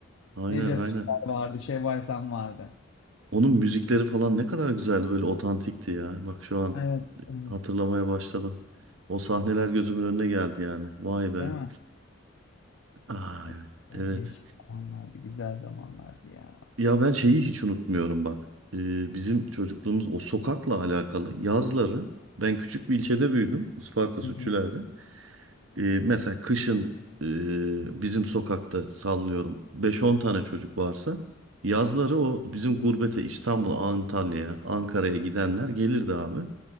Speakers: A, on the right; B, on the left.
A: Aynen
B: Nejat
A: aynen.
B: İşler vardı, Şevval Sam vardı.
A: Onun müzikleri falan ne kadar güzeldi. Böyle otantikti ya. Bak şu an
B: Evet, evet.
A: hatırlamaya başladım. O sahneler gözümün önüne geldi yani. Vay be.
B: Değil mi?
A: Aa,
B: Evet, yani
A: evet.
B: değişik zamanlardı, güzel zamanlardı ya.
A: Ya ben şeyi hiç unutmuyorum bak. Ee, bizim çocukluğumuz o sokakla alakalı yazları ben küçük bir ilçede büyüdüm Isparta Sütçüler'de.
B: Hı hı.
A: Ee, mesela kışın e, bizim sokakta sallıyorum beş on tane çocuk varsa yazları o bizim gurbete İstanbul'a, Antalya'ya, Ankara'ya gidenler gelirdi abi.